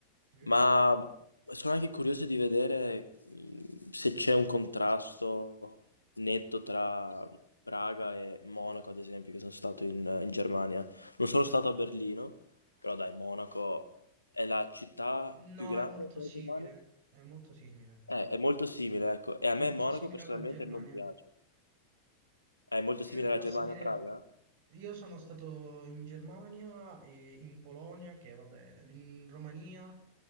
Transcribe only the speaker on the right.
Sì.
No,
è molto
simile,
è molto simile.
È
molto
simile
alla Germania.
Io ti
posso
dire,
io sono stato in Germania e in Polonia, che vabbè, in Romania,